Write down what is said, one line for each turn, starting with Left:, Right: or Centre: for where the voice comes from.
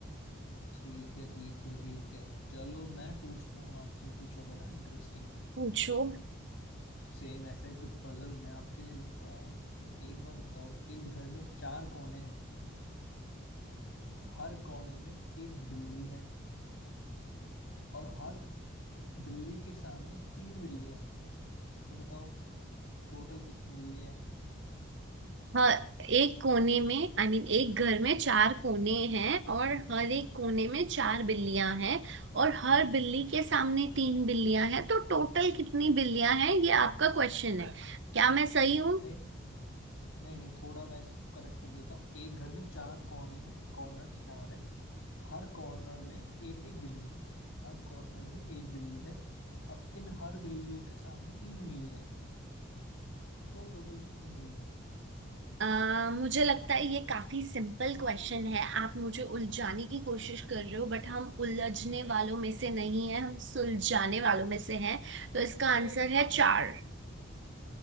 Left: ठीक है ठीक है ठीक है चलो मैं पूछता हूँ आपसे कुछ अब है ना इंटरेस्टिंग
Right: पूछो
Left: सेम ऐसा ही कुछ पजल मैं आपके लिए लेके आया हूँ तो एक बात बताओ एक घर में चार कोने हैं हर कोने में एक बिल्ली है और हर बिल्ली के सामने तीन बिल्लियां हैं तो बताओ टोटल कितनी बिल्लियां हैं
Right: हाँ एक कोने में आई I मीन mean, एक घर में चार कोने हैं और हर एक कोने में चार बिल्लियां हैं और हर बिल्ली के सामने तीन बिल्लियां हैं तो टोटल कितनी बिल्लियां हैं ये आपका क्वेश्चन है क्या मैं सही हूँ
Left: नहीं नहीं नहीं थोड़ा मैं इसको करेक्ट कर देता हूँ एक घर में चार कोने हैं कॉर्नर्स चार है हर कॉर्नर में एक एक बिल्ली है हर कॉर्नर में एक बिल्ली है और इन हर बिल्लियों के सामने तीन बिल्लियां हैं तो टोटल कितनी बिल्लियां हैं
Right: अ, मुझे लगता है ये काफी सिंपल क्वेश्चन है आप मुझे उलझाने की कोशिश कर रहे हो बट हम उलझने वालों में से नहीं है हम सुलझाने वालों में से हैं तो इसका आंसर है चार